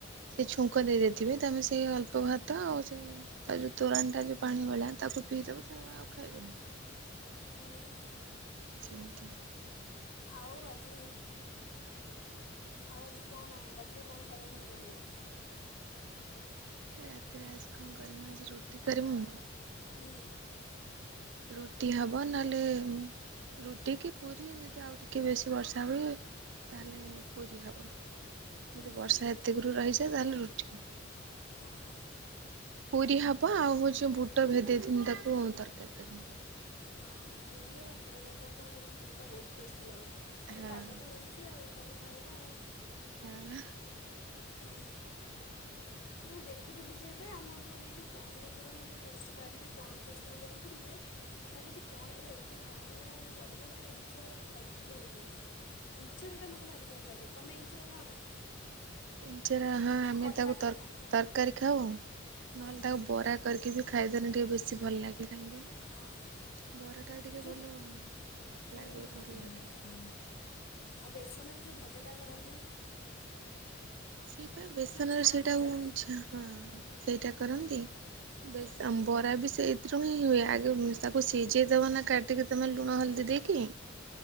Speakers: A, on the right (about 65°); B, on the left (about 85°).
A: ସେ ଛୁଙ୍କ ଦେଇଦେଏ। ଥିବେ ତାମେ ସେ ଅଳ୍ପ ଭାତ ଆଉ ସେ ତା ଯୋଉ ତୋରାଣିଟା ଯୋଉ ପାଣି ଭଳିଆ ତାକୁ ପିଇଦେବ ତ। ମୁଁ ଆଉ ଖାଇବିନି।
B: ହଁ ପରା।
A: ସେମତି।
B: ଆଉ ଆଜି ଆଉ ଆଜି କଣ ରାତିରେ କଣ ଖାଇବାକୁ ଫୁଣି କରିବ?
A: ରାତିରେ ଆଜି କଣ କରିମୁ ଆଜି ରୁଟି କରିମୁ।
B: ହୁଁ।
A: ରୁଟି ହବ ନହେଲେ। ରୁଟି କି ପୁରୀ ଯଦି ଆଉ ଟିକେ ବେଶୀ ବର୍ଷା ହୁଏ। ତାହେଲେ ପୁରୀ ହବ ଯଦି
B: ଅ
A: ବର୍ଷା
B: ହଁ
A: ଏତିକୁରୁ ରହିଯାଏ ତାହେଲେ ରୁଟି।
B: ଅହ।
A: ପୁରୀ ହବ ଆଉ ହଉଚି ବୁଟ ଭେଦେଇ ଥିନି ତାକୁ ତରକାରୀ କରିମି।
B: ହଁ ପୁରୀ ଆଉ ବୁଟ ତରକାରୀ ଟା ସହିତ ପୁରୀ ଟା ବହୁତ୍ ଟେଷ୍ଟି ଲାଗେ ତାପରେ
A: ହଁ
B: ପାଗ ତ ହେଇଛି ଆଉ। କରି ଖାଇବ ଆଉ।
A: ହଁ।
B: ହୁଁ। ଏ ମୁଁ ଦେଖୁଥିଲି ଯେ ଏବେ ଆମର ଯୋଉ ଏଇ ଯୋଉ ପଣସ ଗଛରା ମୁଁ ଦେ ବସଚି ବାରିରେ ପଣସ ଗଛଗୁରାକୁ ଦେଖୁଥିଲି ଯେ। ଭାବୁଛି କଣ ଏରା ଏତେ ପଣସ ଗୁଡା ସବୁ ରହିଗଲା ଆରେ ଇଞ୍ଚରରେ ଖାଇ ଦେଇଥିଲେ ହେଇଥାନ୍ତା। ଇଞ୍ଚରଟା ମତେ ଭାରି ଭଲ ଲାଗେ ତମେ ଇଞ୍ଚର ଖାଅ ନା?
A: ଇଞ୍ଚରା ହଁ ଆମେ
B: କଠା
A: ତାକୁ
B: କଠା
A: ତର୍ ତରକାରୀ ଖାଉ ନହେଲେ
B: ହଁ
A: ତାକୁ ବରା କରିକି ବି ଖାଇଦେଲେ ଟିକେ ବେଶୀ ଭଲ ଲାଗେ। ଏ କାହିଁ କୁହନି
B: ହଁ
A: ବରା ଟା ଟିକେ
B: ଯୋଉ
A: ଭଲ
B: ହୁଁ
A: ଲାଗେ ଭଲ
B: ହୁଁ
A: ଲାଗେ।
B: ଆଉ ବେସନରେ ଯୋଉ ଭଜା ଟା କରନ୍ତି।
A: ସେଇ ପା ବେସନରେ
B: ଛଣା
A: ସେଇଟା
B: ଭଜା
A: ଉ ଚ୍ଛା ହଁ ସେଇଟା କରନ୍ତି।
B: ହଁ
A: ବେଶ
B: ହଁ
A: ଅମ୍ବରା ବି ସେଇ। <unintelligible> ହୁଏ ଆଗେ ତାକୁ ସିଜେଇ ଦବ ନା କାଟିକି ତମେ ଲୁଣ ହଳଦୀ ଦେଇକି।